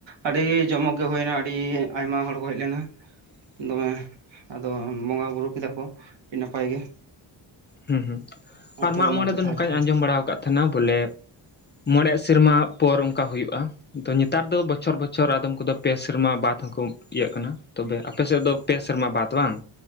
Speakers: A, on the right; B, on the left.
A: ᱟᱹᱰᱤ ᱡᱚᱢᱚᱠ ᱜᱮ ᱦᱩᱭᱱᱟ ᱟᱹᱰᱤ ᱟᱭᱢᱟ ᱦᱚᱲ ᱠᱚ ᱦᱚᱡ ᱞᱮᱱᱟ
B: <inaudible>
A: ᱫᱚᱢᱮ ᱟᱫᱚ ᱵᱚᱸᱜᱟ ᱵᱩᱨᱩ ᱠᱮᱫᱟ ᱠᱚ ᱟᱹᱰᱤ ᱱᱟᱯᱟᱭ ᱜᱮ
B: ᱦᱩᱸ ᱦᱮᱸ
A: ᱚᱱᱛᱮ
B: ᱟᱨ ᱢᱟᱜᱢᱚᱬᱮ
A: ᱜᱮ ᱱᱚᱛᱮ
B: ᱫᱚ
A: ᱛᱟᱦᱮᱸ
B: ᱱᱚᱝᱠᱟᱧ
A: ᱠᱟᱱ ᱠᱷᱟᱹᱛᱤᱨ
B: ᱟᱸᱡᱚᱢ ᱵᱟᱲᱟ ᱟᱠᱟᱫ ᱛᱟᱦᱮᱸᱱᱟ ᱵᱚᱞᱮ ᱢᱚᱬᱮ ᱥᱮᱨᱢᱟ ᱯᱚᱨ ᱚᱱᱠᱟ ᱦᱩᱭᱩᱜᱼᱟ ᱟᱫᱚ ᱱᱮᱛᱟᱨ ᱫᱚ ᱵᱚᱪᱷᱚᱨ ᱵᱚᱪᱷᱚᱨ ᱟᱫᱚᱢ ᱠᱚᱫᱚ ᱯᱮ ᱥᱮᱨᱢᱟ ᱵᱟᱫ ᱦᱚᱸᱠᱚ ᱟᱹᱜ ᱠᱟᱱᱟ ᱛᱚᱵᱮ ᱟᱯᱮ ᱥᱮᱫ ᱫᱚ ᱯᱮ ᱥᱮᱨᱢᱟ ᱵᱟᱫ ᱵᱟᱝ